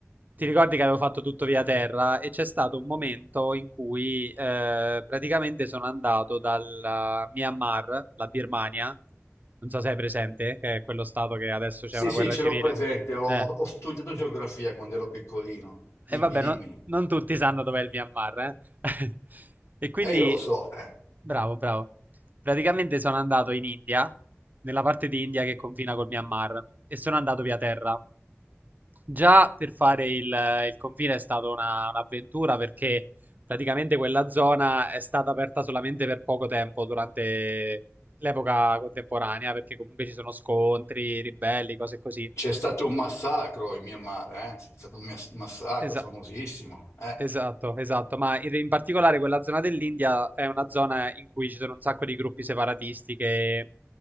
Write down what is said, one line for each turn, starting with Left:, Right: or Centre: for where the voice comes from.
Right: ti ricordi che avevo fatto tutto via terra e c'è stato un momento in cui eh, praticamente sono andato dal Myanmar, la Birmania, non so se è presente, che è quello stato che adesso
Left: Sì,
Right: c'è una
Left: sì,
Right: guerra
Left: ce
Right: civile.
Left: l'ho presente, ho,
Right: Eh,
Left: ho studiato geografia quando ero piccolino. Dimmi,
Right: e vabbè,
Left: dimmi.
Right: no- non tutti sanno dov'è il Myanmar, eh. <laughs> E quindi
Left: E io lo so, eh.
Right: Bravo, bravo. Praticamente sono andato in India, nella parte di India che confina col Myanmar, e sono andato via terra. Già per fare il, il confine è stata una- un'avventura perché praticamente quella zona è stata aperta solamente per poco tempo durante l'epoca contemporanea, perché comunque ci sono scontri, ribelli, cose così.
Left: C'è stato un massacro in Myanmar, eh? C'è stato un mas- massacro
Right: Esatto.
Left: famosissimo, eh?
Right: Esatto, esatto, ma in, in particolare quella zona dell'India è una zona in cui ci sono un sacco di gruppi separatisti che